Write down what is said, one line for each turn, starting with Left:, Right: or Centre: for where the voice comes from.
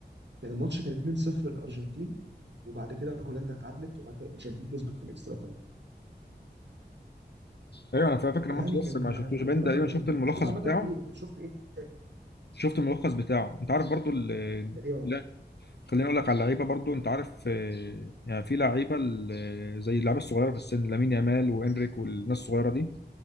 Right: كان الماتش كان 2-0 للارجنتين وبعد كده هولندا اتعادلت وبعد كده الارجنتين كسبت في الاكسترا تايم
Left: ايوه انا فاكر
Right: يعني
Left: الماتش ده،
Right: كان
Left: بس ما شفتوش
Right: بطولة
Left: باين تقريبا
Right: كانت غريبة
Left: شفت الملخص
Right: بس انت عامة
Left: بتاعه
Right: ايه شفت ايه ت-
Left: شفت الملخص بتاعه انت عارف برضه ال-
Right: تقريبا
Left: لا خليني اقول لك على اللعيبه برضه انت عارف آه، يعني في لعيبه ال- زي اللعيبه الصغيره في السن لامين يامال وانريك والناس الصغيره دي